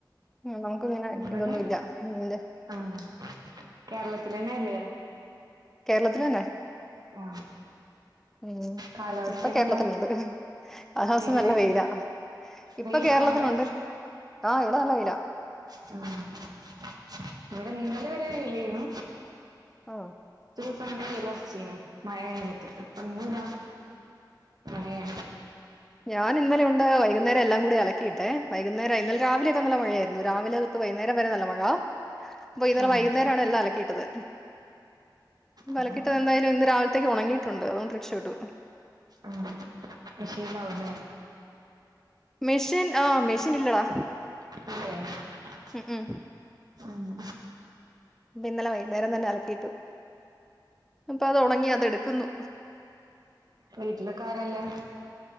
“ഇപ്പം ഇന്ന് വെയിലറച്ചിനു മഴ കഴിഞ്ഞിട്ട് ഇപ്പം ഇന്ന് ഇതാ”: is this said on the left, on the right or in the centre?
Right